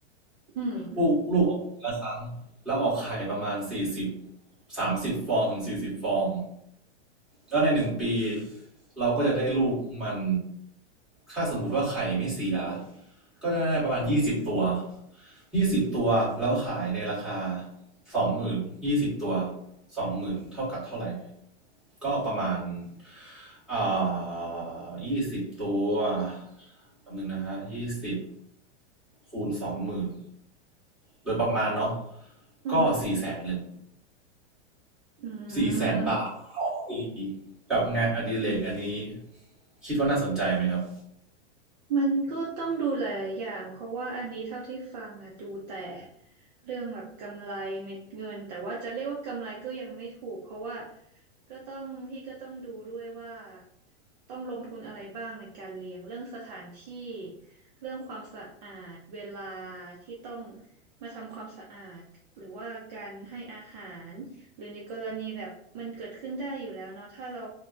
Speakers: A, on the right (about 40°); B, in the centre.
A: อืม
B: ลูกลูกออกมาปีละครั้งแล้วออกไข่ประมาณสี่สิบสามสิบฟองถึงสี่สิบฟอง แล้วในหนึ่งปีเราก็จะได้ลูกมันถ้าสมมติว่าไข่ไม่เสียก็ได้ประมาณยี่สิบตัวยี่สิบตัวแล้วขายในราคาสองหมื่นยี่สิบตัวสองหมื่นเท่ากับเท่าไหร่ก็ประมาณอ่ายี่สิบตัวแป๊บนึงนะฮะยี่สิบคูณสองหมื่นโดยประมาณเนาะ
A: อืม
B: ก็สี่แสนเลย
A: อืม
B: สี่แสนบาทต่อปีกับงานอดิเรกอันนี้คิดว่าน่าสนใจไหมครับ
A: มันก็ต้องดูหลายๆอย่างเพราะว่าอันนี้เท่าที่ฟังอ่ะดูแต่เรื่องแบบกำไรเม็ดเงินแต่ว่าจะเรียกว่ากำไรก็ยังไม่ถูกเพราะว่าก็ต้องพี่ก็ต้องดูด้วยว่าต้องลงทุนอะไรบ้างในการเลี้ยงเรื่องสถานที่เรื่องความสะอาดเวลาที่ต้องมาทำความสะอาดหรือว่าการให้อาหารหรือในกรณีแบบมันเกิดขึ้นได้อยู่แล้วเนาะถ้าเรา